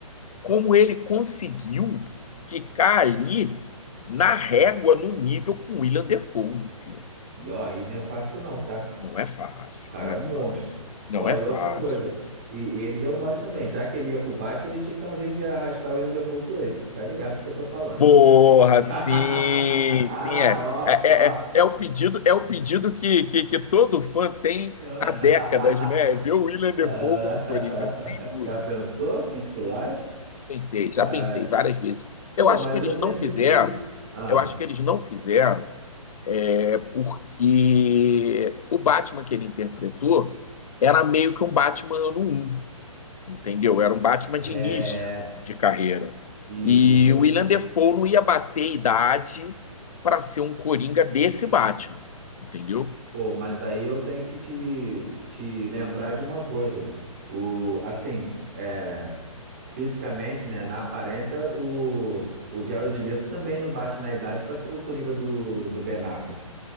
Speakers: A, on the left; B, on the right.
A: como ele conseguiu ficar ali na régua, no nível com Willem Dafoe no filme.
B: E ó, aí não é fácil não, tá?
A: Não é fácil,
B: O cara
A: não é
B: é um
A: fácil,
B: monstro.
A: não
B: Ó,
A: é
B: e
A: fácil.
B: outra coisa, e, e ele deu mole também, já que ele ia pro Batman, ele tinha que dar um jeito de arrastar o William Dafoe com ele. Tu Tá ligado do que eu tô falando?
A: Porra,
B: <laughs>
A: sim,
B: Ó,
A: sim, é. É,
B: ó.
A: é, é- é o pedido, é o pedido que, que, que todo fã tem
B: <laughs>
A: há décadas, né? É Ver o William
B: Ah,
A: Defoe como Coringa, sem dúvida.
B: Já pensou? Que esculacho?
A: Pensei, já
B: Ah,
A: pensei várias vezes. Eu
B: Pô,
A: acho
B: mas
A: que eles
B: eu
A: não
B: pensei
A: fizeram,
B: que. Ah,
A: eu acho que eles não fizeram, é porque o Batman que ele interpretou era meio que um Batman ano um entendeu? Era um Batman
B: é.
A: de início de carreira.
B: Isso,
A: E
B: isso aí.
A: o William Defoe não ia bater idade para ser um Coringa desse Batman, entendeu?
B: Pô, mas aí eu tenho que te, te lembrar de uma coisa. O, assim, é. fisicamente, né, na aparência, o, o Jared Leto também não bate na idade para ser o Coringa do, do Ben Affleck.